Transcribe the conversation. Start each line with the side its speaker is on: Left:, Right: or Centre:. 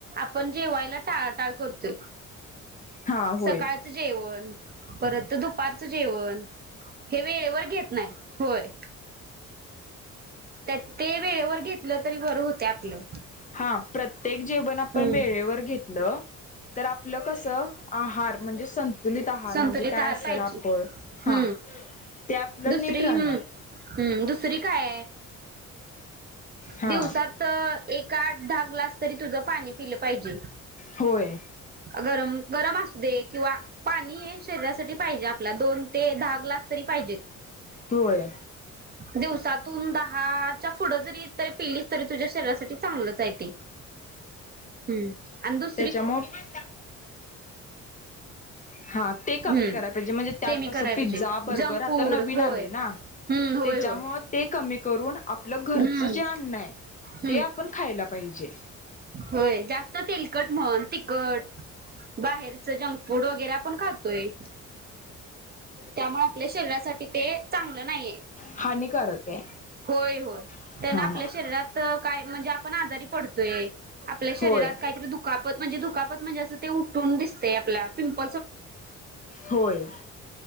Right: आपण जेवायला टाळा टाळ करतोय
Left: हा होय
Right: सकाळचं जेवण परत दुपारचं जेवण वेळेवर घेत नाही होय त्यात ते वेळेवर घेतलं तरी बरं होतय आपलं
Left: हा प्रत्येक जेवण आपण
Right: हम्
Left: वेळेवर घेतलं तर आपलं कस आहार म्हणजे संतुलित आहार
Right: संतुलित
Left: म्हणजे काय
Right: आहार
Left: असल
Right: पाहिजे
Left: आपण
Right: हम्म
Left: हा ते आपलं
Right: दुसरी
Left: नीट राहणार
Right: हम्म हम्म दुसरी काय आहे
Left: हा
Right: दिवसात एक आठ दहा ग्लास तरी तुझ पाणी पिलं पाहिजे
Left: होय
Right: गरम गरम असुदे किंवा पाणी हे शरीरासाठी पाहिजे आपल्या दोन ते दहा ग्लास तरी पाहिजेत
Left: होय
Right: दिवसातून दहा च्या पुढं जरी तर पेलीस तरी तुझ्या शरीरासाठी चांगलच आहे ते् अु <unintelligible>
Left: त्याच्यामुले हा ते कमी
Right: हम्म
Left: कराय पाहिजे म्हणजे त्यात
Right: ते मी
Left: कसं
Right: कराय
Left: पिझ्झा
Right: पाहिजे
Left: बर्गर
Right: जंक
Left: आता
Right: फूड
Left: नवीन
Right: होय
Left: आले ना
Right: हम्म
Left: त्याच्यामु
Right: होय होय
Left: ते कमी करून आपलं घरच
Right: हम्म
Left: जे अन्न आहे
Right: हम्म
Left: ते आपण खायला पाहिजे
Right: होय जास्त तेलकट म्हण तिखट बाहेरच जंक फूड वगैरे आपण खातोय त्यामुळे आपल्या शरीरासाठी ते चांगलं नाहीये
Left: हानिकारक आहे
Right: होय होय
Left: हा.
Right: त्यांना आपल्या शरीरात काय म्हणजे आपण आजारी पडतोय आपल्या शरीरात
Left: होय.
Right: का द <unintelligible> दुकापत म्हणज दुकापत म्हणजे अस ते उठून दिस प
Left: होय